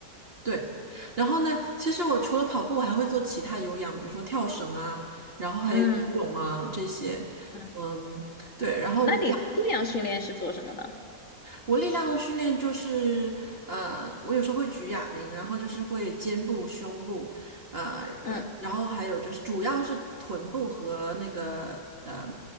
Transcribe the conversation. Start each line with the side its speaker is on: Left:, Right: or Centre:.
Right: 对。然后呢，其实我除了跑步，我还会做其他有氧，比如说跳绳啊，然后还有游泳啊这些，
Left: 嗯嗯，
Right: 嗯，对。然后我。
Left: 那你力量训练是做什么呢？
Right: 我力量的训练就是，呃，我有时候会举哑铃，然后就是会肩部、胸部，呃，
Left: 嗯，
Right: 呃然后还有就是主要是臀部和那个呃